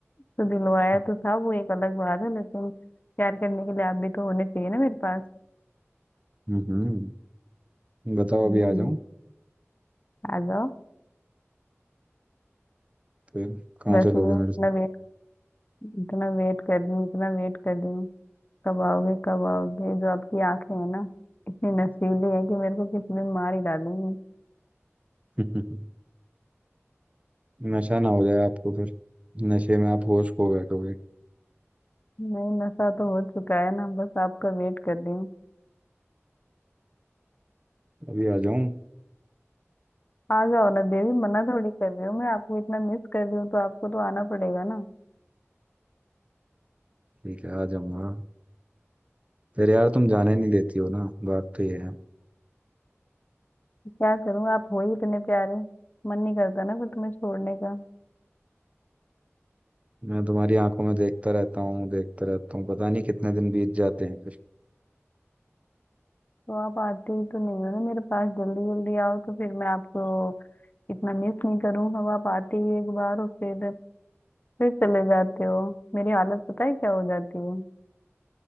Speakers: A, on the left; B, on the right.
A: तो दिलवाया
B: <laughs>
A: तो था वो एक अलग बात है लेकिन प्यार करने के लिए आप भी तो होने चाहिए ना मेरे पास
B: हम्म बताओ
A: हम्म
B: अभी आ जाऊँ
A: आ जाओ
B: फिर कहाँ
A: वैसे
B: चलोगे
A: भी इतना
B: मेरे
A: वेट इतना वेट कर रही हूँ इतना वेट कर रही हूँ कब आओगे कब आओगे जो आपकी आंखें हैं ना इतनी नशीली है कि मेरे को किसी दिन मार ही डालेंगी
B: से <laughs> नशा ना हो जाए आपको फिर नशे में आप होश खो बैठोगे
A: नहीं नशा तो हो चुका है ना बस आपका वेट कर रही हूँ
B: अभी आ जाऊं
A: आ जाओ ना देवी मना थोड़ी कर रही हूँ मैं आपको इतना मिस कर रही हूँ तो आपको तो आना पड़ेगा ना
B: ठीक है आ जाऊंगा फिर यार तुम जाने नहीं देती हो ना बात तो ये है
A: क्या करूँ आप हो ही इतने प्यारे मन नहीं करता ना फिर तुम्हें छोड़ने का
B: मैं तुम्हारी आंखों में देखता रहता हूँ देखता रहता हूँ पता नहीं कितने दिन बीत जाते हैं फिर
A: तो आप आते ही तो नहीं हो ना मेरे पास जल्दी जल्दी आओ तो फिर मैं आपको इतना मिस नहीं करूँ अब आप आते ही एक बार और फिर फिर चले जाते हो मेरी हालत पता है क्या हो जाती है